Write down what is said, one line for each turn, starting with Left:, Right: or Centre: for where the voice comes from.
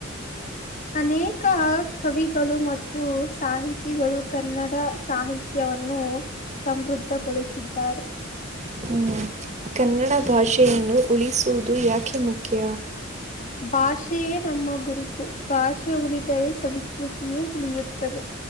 Left: ಅನೆ ಕ್ಕ ಕವಿಗಳು ಮತ್ತು ಸಾಹಿತಿಗಳು ಕನ್ನಡ ಸಾಹಿತ್ಯವನ್ನು ಸಮೃದ್ಧ ಗೊಳಿಸಿದ್ದಾರೆ
Right: ಹ್ಮ ಕನ್ನಡ ಭಾಷೆಯನ್ನು ಉಳಿಸುವುದು ಯಾಕೆ ಮುಖ್ಯ
Left: ಭಾಷೆಯೇ ನಮ್ಮ ಗುರುತು ಭಾಷೆ ಉಳಿದರೆ ಸಂಸ್ಕೃತಿಯೂ ಉಳಿಯುತ್ತದೆ